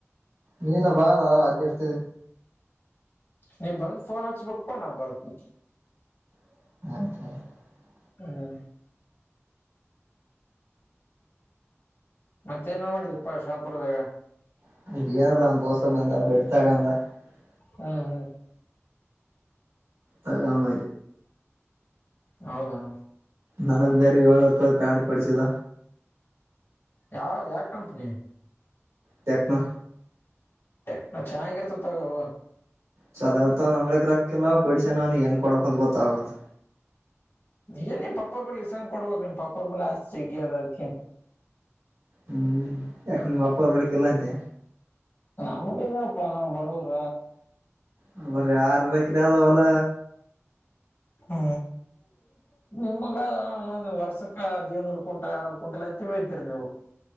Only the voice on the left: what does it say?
ನೀ್ ಬಂದ್ ಫೋನ್ ಹಚ್ಬೇಕಕ್ಪ್ಪಾ ನಾ ಬರ್ತನಿ
ಹ್ಮ್ ಮತ್ತೆ ಏನೇನ್ ಮಾಡಿದ್ರುಪ್ಪಾ ಶಾಪುರದಾಗ
ಹ್ಮ್ ಹ್ಮ್
ಹೌದಾ
ಯಾವ ಯಾವ ಕಂಪನಿ
ಟೆಕ್ನೋ ಚೆನ್ನಾಗಿರ್ತ ತಗುವ
ಏ ನಿ್ ಪಪ್ಪರ್ ಬಳ ಇಸನ್್ ಕೊಡ್ಬೇಕು ನಿಮ್ ಪಾಪರ್ ಬಳ ಆಸ್ತಿ ಜಗ್ಗಾರ ಅದಕ
ನಮ್ಮೇದಾಪ್ಪ ನಾ ಬಡೂರ
ಹ ನಿಮಗ ವರ್ಷಕ್ಕದ್ ಏನೂರು ಕ್ವಿಂಟಲ್ ರನೂರ್ ಕ್ವಿಂಟಲ್ ಐತಿ ಬಯತಿರಿ ನೀವು